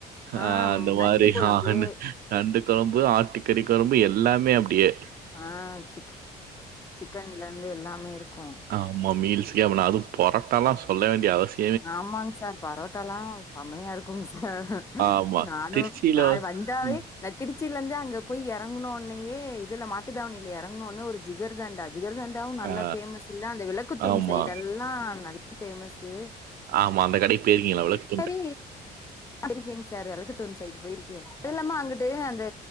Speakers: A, on the right; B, on the left.
A: அ
B: ஆ
A: அந்த மாதிரி
B: நண்டு கொழம்பு
A: ஆனு நண்டு கொழம்பு ஆட்டுக்கறி கொழம்பு எல்லாமே அப்படியே
B: ஆ சிக் சிக்கன்லருந்து எல்லாமே இருக்கு
A: ஆ ஆமா மீல்ஸுகே அப்ப நா அது பொரட்டாலா சொல்ல வேண்டிய அவசி
B: ஆமாங்க சார் பொரோட்டால்லா செம்மையாருக்குங்க சார்
A: ஆமா.
B: நானு
A: திருச்சியில
B: நா வந் தாவே
A: ம்.
B: நா திருச்சியிலருந்தே அங்க போய் இறங்கணோன்னயே இதுல மாட்டுதாவணில்ல இறங்கணோன்னே ஒரு ஜிகர்தண்டா ஜிகர்தண்டாவும நல்லா
A: ஆ.
B: பேமஸ்ல்ல அந்த விளக்குத்தூன்
A: ஆமா.
B: சைடல்லா நல்ல ஃபேமஸ்ஸு
A: ஆமா அந்த கடைக் பேயிருக்கீங்களா அவ்ளோக்
B: செரி போயிருக்கேங் சார் வெளக்கத்தூன் சைடு போயிருக்கே அதுல்லாம அங்குட்டு அந்த